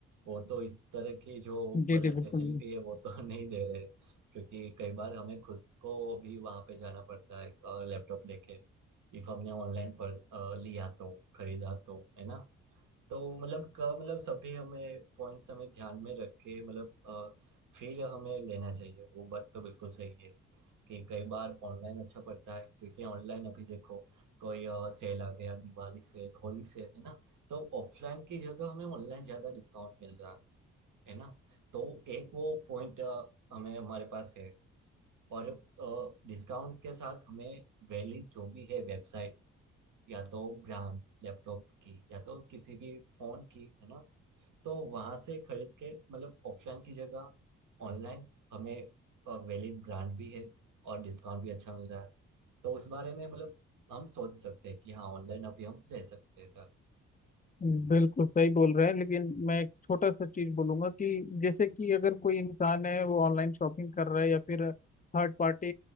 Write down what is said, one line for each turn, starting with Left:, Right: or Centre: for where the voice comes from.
Right: वो तो इस तरह की जो
Left: जी
Right: फैसिलिटी
Left: जी बिल्कुल
Right: है वो तो <laughs> नहीं दे रहे क्योंकि कई बार हमें खुद को भी वहाँ पे जाना पड़ता है लैपटॉप लेके इफ हमने ऑनलाइन पर अ, लिया तो खरीदा तो है ना तो मतलब क मतलब सभी हमें पॉइंट्स हमें ध्यान में रख के मतलब अ, फिर हमें लेना चाहिए वो बात तो बिल्कुल सही है कि कई बार ऑनलाइन अच्छा पड़ता है क्योंकि ऑनलाइन अभी देखो कोई सेल आ गया दिवाली सेल होली सेल है ना तो ऑफलाइन की जगह हमें ऑनलाइन ज्यादा डिस्काउंट मिल रहा है है ना तो एक वो पॉइंट हमें हमारे पास है और डिस्काउंट के साथ हमें वैलिड जो भी है वेबसाइट या तो ब्रांड लैपटॉप की या तो किसी भी फोन की है ना तो वहां से खरीद के मतलब ऑफलाइन की जगह ऑनलाइन हमें वैलिड ब्रांड भी है और डिस्काउंट भी अच्छा मिल रहा है तो उस बारे में मतलब हम सोच सकते हैं कि हाँ ऑनलाइन अभी हम ले सकते हैं सर
Left: बिल्कुल सही बोल रहे हैं लेकिन मैं एक छोटा सा चीज बोलूंगा कि जैसे कि अगर कोई इंसान है वो ऑनलाइन शॉपिंग कर रहा है या फिर थर्ड पार्टी